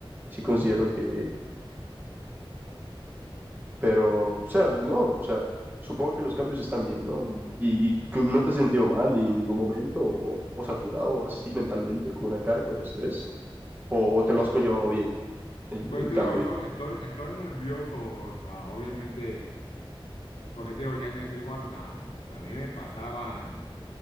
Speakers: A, on the right; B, on the left.
A: sí considero que, pero, o sea, no, o sea, supongo que los cambios están bien, ¿no? Y, y que no te has sentido mal y en ningún momento, o, o saturado o así mentalmente, con una carga o estrés, o, o te lo has conllevado bien, el,
B: pues
A: el
B: digo,
A: cambio.
B: estoy,
A: de
B: estoy, estoy nervioso, o sea, obviamente. Porque te digo, ya no es igual, o sea, también me pasaban,